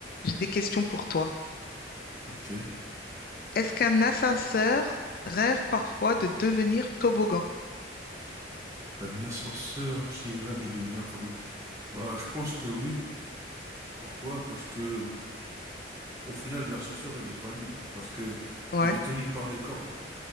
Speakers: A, on the left (about 50°); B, on the right (about 15°).
A: J'ai des questions pour toi.
B: Ok.
A: Est-ce qu'un ascenseur rêve parfois de devenir toboggan?
B: Un ascenseur s'il rêve de devenir tabou. Bah, je pense que oui. Pourquoi? Parce que, au final, l'ascenseur, il est pas libre. Parce que,
A: Ouais.
B: il est tenu par des cordes.